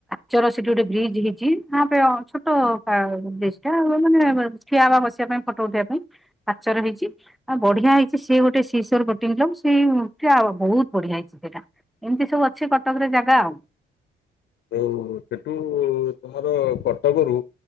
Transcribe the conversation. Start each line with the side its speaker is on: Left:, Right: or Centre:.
Centre: ଚର ସେଠି ଗୋଟେ ବ୍ରିଜ୍ ହେଇଛି ହଁପେ ଛୋଟ ପା ବ୍ରିଜ ଟା ମାନେ ଏ। ଠିଆ ହବା ବସିବା ପାଇଁ ଫଟୋ ଉଠେଇବା ପାଇଁ ପାଚର ହେଇଛି। ଆଉ ବଢିଆ ହେଇଛି ସେ ଗୋଟେ ଶିଶର ବୋଟିଂଲ ସେଇ ବହୁତ ବଢିଆ ହେଇଛି ସେଇଟା। ଏମତି ସବୁ ଅଛି କଟକରେ ଜାଗା ଆଉ।
Left: ଆଉ ସେଠୁ ଉ ତମର କଟକରୁ